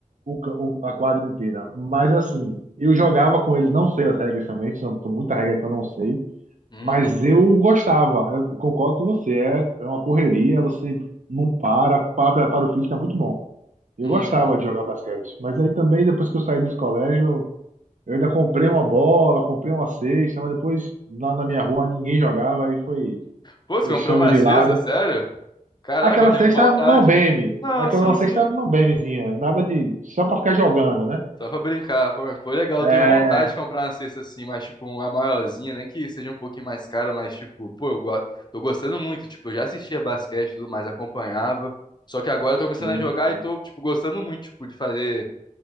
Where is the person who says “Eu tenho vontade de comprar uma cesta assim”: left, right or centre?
Left